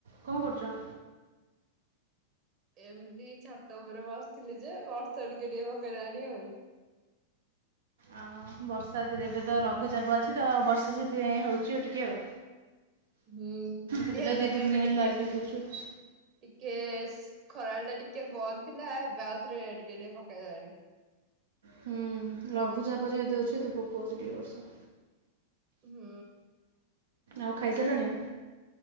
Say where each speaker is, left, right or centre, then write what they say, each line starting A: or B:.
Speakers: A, on the right; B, on the right.
A: କଣ କରୁଛ?
B: ଏମିତି ଛାତ ଉପରେ ବସିଥିଲି ଯେ, ବର୍ଷା ଟିକେ ଟିକେ ପକେଇଲାଣି ଆଉ।
A: ଅଁ ବର୍ଷାରେ ଏବେ ତ ଲଘୁଚାପ ଅଛି ତ, ବର୍ଷା ସେଥିପାଇଁ ହେଉଛି ଆଉ ଟିକେ ଆଉ।
B: ହୁଁ
A: ଏବେ
B: ହୁଏ
A: ତ
B: ମାନେ
A: ଦି ତିନି
B: ଏବେ
A: ଦିନ ହେଲା
B: ଟିକେ
A: ଲାଗି ରଖି ହଉଛି ଆଉ।
B: ଟିକେ ଖରାବେଳଟା ଟିକେ ବନ୍ଦ ଥିଲା, ଏବେ ଆଉଥରେ ଟିକେ ଟିକେ ପକେଇଲାଣି।
A: ହୁଁ ଲଘୁଚାପ ଯେହେତୁ ଅଛି ତ ପକଉଛି ଟିକେ ବର୍ଷା।
B: ହୁଁ।
A: ଆଉ ଖାଇସାରିଲଣି?